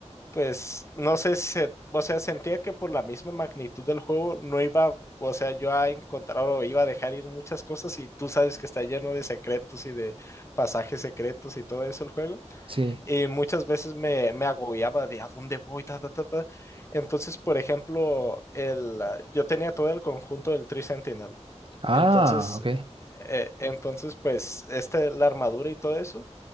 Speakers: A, on the left (about 25°); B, on the right (about 45°).
A: pues, no sé, si se- o sea, sentía que por la misma magnitud del juego no iba, o sea, yo a encontrar o iba a dejar ir muchas cosas y tú sabes que está lleno de secretos y de pasajes secretos y todo eso el juego.
B: Sí.
A: y muchas veces me, me agobiaba de a dónde voy, ta, ta, ta, ta. Entonces, por ejemplo, el, ah, yo tenía todo el conjunto del Tree Sentinel.
B: Ah,
A: Entonces,
B: ok.
A: eh, entonces, pues, este, la armadura y todo eso,